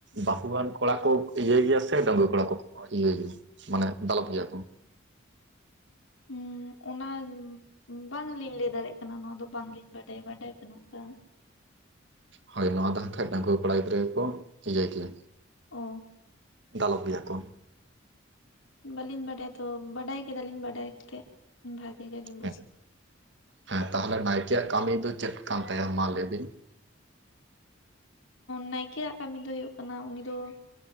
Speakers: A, on the right; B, on the left.
A: ᱵᱟᱹᱦᱩ ᱦᱟᱱ ᱠᱚᱲᱟ ᱠᱚ ᱤᱭᱟᱹ ᱜᱮᱭᱟ ᱥᱮ ᱰᱟᱺᱝᱣᱟᱹ ᱠᱚᱲᱟ ᱠᱚ ᱤᱭᱟᱹ ᱜᱮᱭᱟ ᱢᱟᱱᱮ ᱫᱟᱞᱚᱵ ᱜᱮᱭᱟ ᱠᱚ ᱾
B: ᱦᱮ ᱚᱱᱟ ᱵᱟᱝᱞᱤᱧ ᱞᱟᱹᱭ ᱫᱟᱲᱭᱟᱜ ᱠᱟᱱᱟ ᱱᱚᱣᱟ ᱫᱚ ᱵᱟᱝᱞᱤᱧ ᱵᱟᱰᱟᱭ, ᱵᱟᱰᱟᱭ ᱵᱟᱹᱱᱩᱜ ᱛᱮᱱᱟᱜ ᱫᱚ
A: ᱦᱳᱭ ᱱᱚᱣᱟ ᱫᱚ ᱠᱷᱟᱡ ᱰᱟᱺᱜᱩᱣᱟᱹ ᱠᱚᱲᱟ ᱜᱤᱫᱽᱨᱟᱹ ᱜᱮᱠᱚ ᱤᱭᱟᱹ ᱜᱮᱭᱟ
B: ᱚ
A: ᱫᱟᱞᱚᱵ ᱜᱮᱭᱟ ᱠᱚ ᱾
B: ᱵᱟᱞᱤᱧ ᱵᱟᱰᱟᱭᱟ ᱛᱚ ᱵᱟᱰᱟᱭ ᱠᱮᱫᱟᱞᱤᱧ ᱵᱟᱰᱟᱭᱠᱮᱫ ᱵᱷᱟᱜᱤ ᱜᱮᱞᱤᱧ ᱵᱩᱡ
A: ᱦᱮᱸ ᱦᱮᱸ, ᱛᱟᱦᱚᱞᱮ ᱱᱟᱭᱠᱮᱭᱟᱜ ᱠᱟᱹᱢᱤ ᱫᱚ ᱪᱮᱫ ᱠᱟᱱ ᱛᱟᱭᱟ ᱢᱟ ᱞᱟᱹᱭ ᱵᱤᱱ?
B: ᱱᱟᱭᱠᱮᱭᱟᱜ ᱠᱟᱹᱢᱤ ᱫᱚ ᱦᱩᱭᱩᱜ ᱠᱟᱱᱟ ᱩᱱᱤ ᱫᱚ ᱾